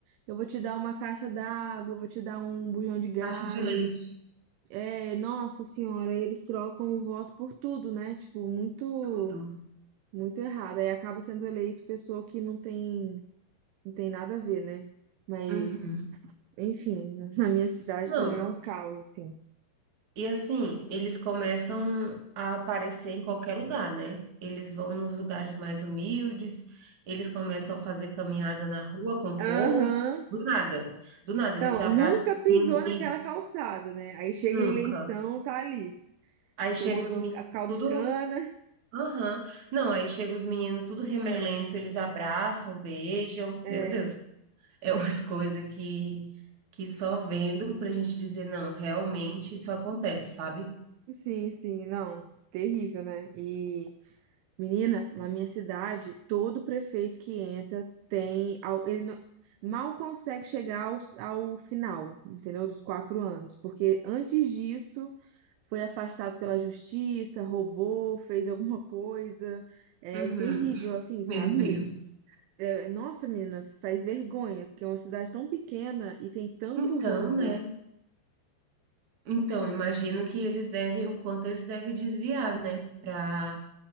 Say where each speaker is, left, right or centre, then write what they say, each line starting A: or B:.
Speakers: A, on the right; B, on the right.
A: eu vou te dar uma caixa d'água, eu vou te dar um bujão de gás.
B: Caixa de leite,
A: É, nossa senhora, eles trocam o voto por tudo, né? Tipo, muito,
B: tudo.
A: muito errado. Aí acaba sendo eleito pessoa que não tem, não tem nada a ver, né? Mas,
B: Uhum.
A: enfim, <laughs> na minha cidade
B: Não,
A: também é um caos, assim.
B: E assim, eles começam a aparecer em qualquer lugar, né? Eles vão nos lugares mais humildes, eles começam a fazer caminhada na rua com o
A: Aham.
B: povo, do nada, do nada,
A: Não,
B: eles abraçam
A: nunca pisou
B: os
A: naquela
B: meninos e
A: calçada, né? Aí chega
B: nunca.
A: a eleição, tá ali,
B: Aí chega
A: tomando
B: os meninos,
A: a caldo
B: tudo.
A: de cana.
B: Aham. Não, aí chega os meninos tudo remelento, eles abraçam, beijam.
A: É,
B: Meu Deus, é umas <laughs> coisas que, que só vendo pra gente dizer, não, realmente isso acontece, sabe?
A: sim, sim, não, terrível, né? E Menina, na minha cidade, todo prefeito que entra tem. al- Ele não- mal consegue chegar ao, ao final, entendeu? Dos quatro anos. Porque antes disso, foi afastado pela justiça, roubou, fez alguma coisa. É
B: Uhum.
A: terrível, assim, sabe?
B: Meu Deus.
A: É, nossa, menina, faz vergonha, porque é uma cidade tão pequena e tem tanto
B: Então,
A: roubo.
B: né? Então, imagino que eles devem, o quanto eles devem desviar, né? Para